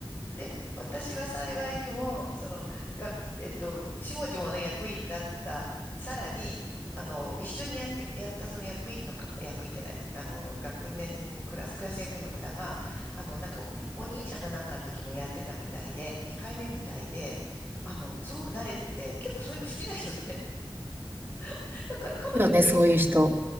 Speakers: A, on the left; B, on the right.
A: で、私は幸いにも、その、がえっと、下々の役員だった、さらに、あの、一緒にやって、やったその役員の方、役員じゃない、あの、学年クラス、クラス役員の方が、あの、なんか、お兄ちゃんかなんかの時もやってたみたいで、2回目みたいで、あの、すごく慣れてて、結構そういうの好きな人で、<laughs> だから彼女が結構
B: けどね、そういう人。